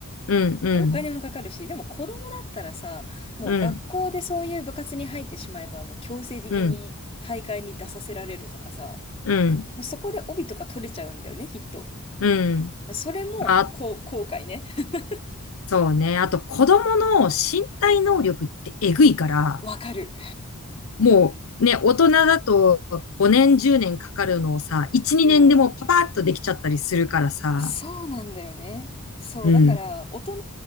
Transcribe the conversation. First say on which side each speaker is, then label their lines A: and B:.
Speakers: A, on the left; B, on the left.
A: うん、うん、
B: で、お金もかかるし、でも子供だったらさ、もう学校でそういう部活に入ってしまえば、
A: うん、
B: もう強制的に大会に出させられるとかさ、
A: うん、うん、
B: もうそこで帯とか取れちゃうんだよね、きっと。
A: うん。
B: それも、
A: まあ、
B: こう、後悔ね。<laughs>
A: そうね。あと、子供の身体能力ってえぐいから、
B: わかる。
A: もうね、大人だと5年、10年かかるのをさ、1、2年でもパパッとできちゃったりするからさ、
B: うん。そうなんだよね。そう。
A: うん。
B: だから、大人